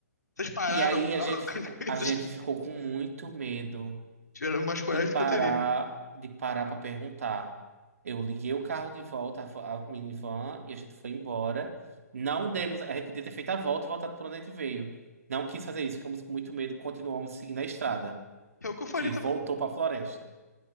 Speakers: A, on the left; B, on the right.
A: Vocês pararam
B: E aí
A: o carro.
B: a gente
A: <laughs>
B: ficou, a
A: Vocês
B: gente ficou com muito medo
A: tiveram mais coragem
B: de parar,
A: do que eu teria.
B: de parar para perguntar. Eu liguei o carro de volta, a fa- a minivan, e a gente foi embora. Não demos, a gente podia ter feito a volta e voltado para onde a gente veio. Não quis fazer isso, ficamos com muito medo, continuamos seguindo a estrada,
A: É o que eu faria
B: que
A: também.
B: voltou para a floresta.